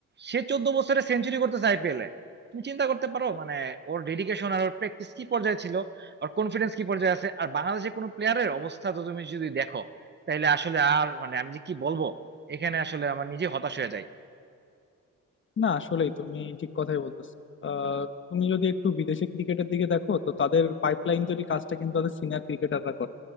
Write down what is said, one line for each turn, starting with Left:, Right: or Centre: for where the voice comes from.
Right: সে চোদ্দ বছরে সেঞ্চুরি করতেছে আইপিএল এ তুমি চিন্তা করতে পারো মানে ওর ডেডিকেশন আর ওর প্র্যাকটিস কি পর্যায়ে ছিল আর কনফিডেন্স কি পর্যায়ে আছে আর বাংলাদেশের কোনো প্লেয়ারের অবস্থা তো তুমি যদি দেখো তাইলে আসলে আর মানে আমি যে কি বলবো এখানে আসলে আমার নিজে হতাশ হয়ে যায়
Left: না আসলেই তুমি ঠিক কথাই বলতেছো আহ, তুমি যদি একটু বিদেশি ক্রিকেটের দিকে দেখো তো তাদের পাইপলাইন তৈরি কাজটা কিন্তু তাদের সিনিয়র ক্রিকেটাররা করে